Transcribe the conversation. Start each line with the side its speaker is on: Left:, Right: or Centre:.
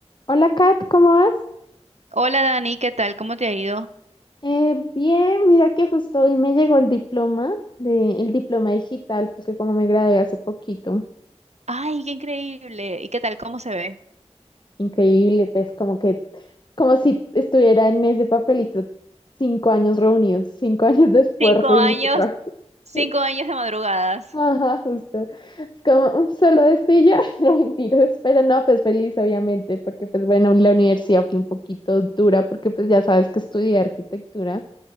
Left: Hola Kat, ¿cómo vas?
Right: Hola Dani, ¿qué tal? ¿Cómo te ha ido?
Left: Eh, bien, mira que justo hoy me llegó el diploma de, el diploma digital, porque como me gradué hace poquito,
Right: Ay, qué increíble. ¿Y qué tal? ¿Cómo se ve?
Left: increíble, pues como que, como si estuviera en ese papelito cinco años reunidos, cinco <laughs> años de esfuerzo
Right: Cinco años,
Left: y mucho trabajo.
Right: cinco
Left: <laughs>
Right: años de madrugadas,
Left: Ajá, justo. Es como "Mm, solo esto y ya, <laughs> no mentiras, pero no, pues feliz obviamente, porque pues bueno, la universidad fue un poquito dura, porque pues ya sabes que estudié arquitectura.